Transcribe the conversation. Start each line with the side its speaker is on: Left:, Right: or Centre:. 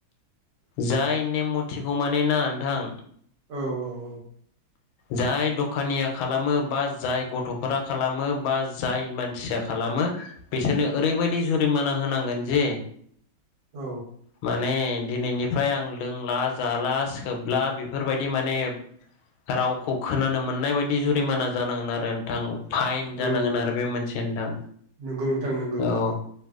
Left: जाय नेम मथिखौ माने ना नथां
Right: औ औ औ।
Left: जाय दखानिया खालामो बा जाय गथ'फोरा खालामो बा जाय मानसिया खालामो बिसोरनो ओरैबायदि जुरिमाना होनांगोन जे
Right: औ।
Left: माने दिनैनिफ्राय आं लोंला जाला सोबला बेफोरबायदि माने रावखौ खोनानो मोननाय बायदि जुरिमाना जानांगोन आरो नोंथां। फाइन जानांगोन
Right: औ नों
Left: आरो बे मोनसे नथां
Right: नंगौ नोंथां नंगौ
Left: औ
Right: नंगौ